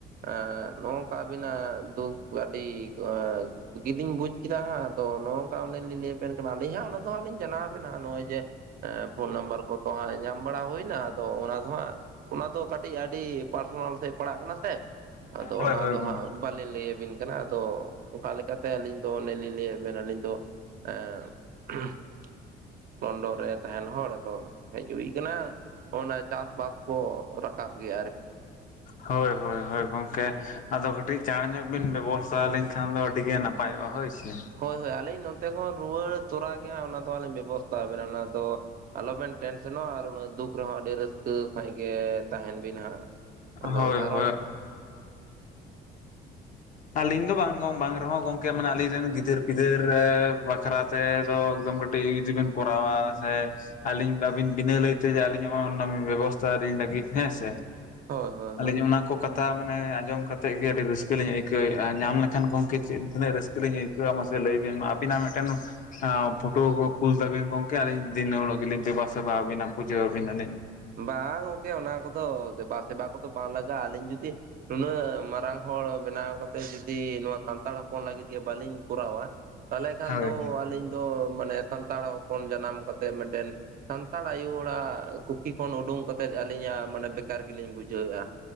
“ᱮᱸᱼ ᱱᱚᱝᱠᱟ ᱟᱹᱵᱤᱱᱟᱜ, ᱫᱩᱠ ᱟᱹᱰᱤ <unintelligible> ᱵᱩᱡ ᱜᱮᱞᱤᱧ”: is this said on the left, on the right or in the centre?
Right